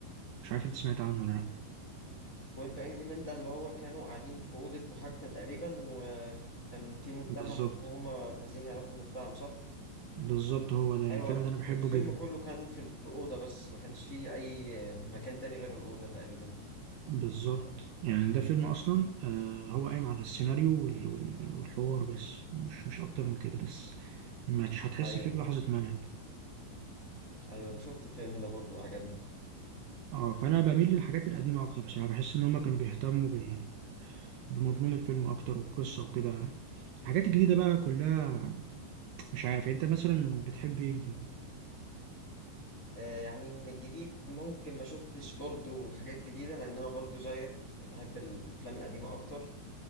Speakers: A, on the right (about 80°); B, on the left (about 45°).
A: مش عارف انت سمعت عنه ولا لا
B: 12 انجري مان ده اللي هو كانوا قاعدين في اوضه محاكمه تقريبا وكان في متهم
A: بالظبط
B: وهم عايزين يعرفوا المتهم صح
A: بالظبط هو ده يعني
B: ايوه
A: الفيلم
B: الف-
A: ده انا بحبه
B: الفيلم
A: جدا
B: كله كان في الاوضه بس ما كانش فيه اي مكان تاني غير الاوضه تقريبا
A: بالظبط يعني ده فيلم اصلا آه هو قايم على السيناريو وال- وال- والحوار بس مش مش اكتر من كده بس مش هتحس
B: ايوه
A: فيه بلحظة ملل
B: ايوه انا شفت الفيلم ده برضو عجبني
A: اه فأنا بميل للحاجات القديمة أكتر بصراحة بحس إن هما كانوا بيهتموا بال... بمضمون الفيلم أكتر والقصة وكده الحاجات الجديدة بقى كلها مش عارف يعني أنت مثلا بتحب إيه جديد؟
B: آه يعني من الجديد ممكن ما شفتش برضو حاجات جديده لان انا برضو زيك بحب الافلام القديمه اكتر